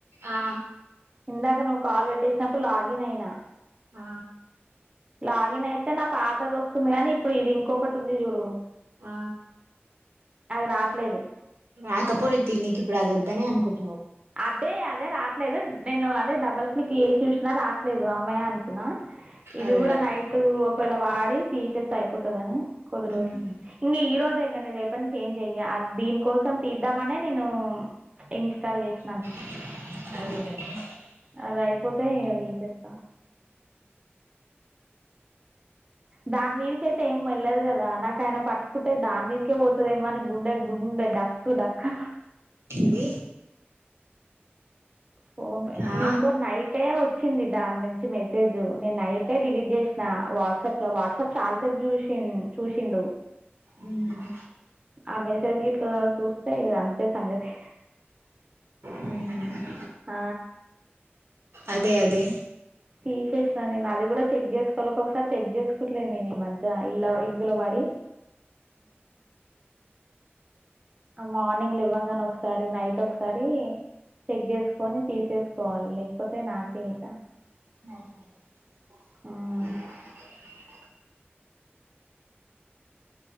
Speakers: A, on the right; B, on the right.
A: ఆ
B: ఇందాక నువ్వు కాల్ పెట్టేసినప్పుడు లాగిన్ అయినా
A: ఆ
B: లాగిన్ అయితే నా పాతది వస్తుంది కానీ ఇప్పుడు ఇది ఇంకొకటి ఉంది చూడు
A: ఆ
B: అది రాట్లేదు
A: రాకపోని తీ నీకి ఇప్పుడు అది వద్దనే అనుకుంటు
B: అదే అదే రాట్లేదు నేను అదే డబల్ ఏసి చూసినా రాట్లేదు అమ్మ ద అనుకున్నా ఇది
A: అదే
B: కూడా
A: అదే
B: నైట్ తెల వారి తీసేస్తే అయిపోతాదని కుదు రోజలు
A: మ్
B: ఇంకా ఈ రోజు అంకా న రేపని చేంజ్ అయ్యా దీని కోసం తీద్దామనే నేను ఇన్స్టాల్ చేస
A: <inaudible>
B: అద అయిపో ఇస్తే అది తేస్తా దాని మీదక అయితే ఏం వెళ్లేదు కదా నాకు ఆయన పట్టుకుంటే దాని మీదకే పోతుంది ఏమని గుండె గుండె డక్కు డక్కన
A: ఏంది
B: ఫోన్ పే
A: ఆ
B: న ఇంకో నైటే వచ్చింది దాని నుంచి మెసేజ్ నేను నైటే డిలీట్ చేసిన వాట్సాప్ లో వాట్సాప్ చాలాసేపు చూసి చూసిండు
A: మ్మ్
B: ఆ మెసేజ్ గిట్ల చూస్తే ఇగ అంతే సంగతి
A: హ్మ్
B: ఆ
A: అదే అదే
B: తీశేషా న నా అది కూడా చెక్ చేసుకోవాలి ఒకొక్కసారి చెక్ చేసుకోట్లేదు నే ఈ మధ్య ఇలా గిలవాడి ఆ మనింగ్ దివంగణ ఒకసారి నైట్ ఒకసారి చెక్ చేసుకు కొని తీసేసుకోవాలి లేకపోతే నాకే ఇక
A: అ
B: ఉమ్.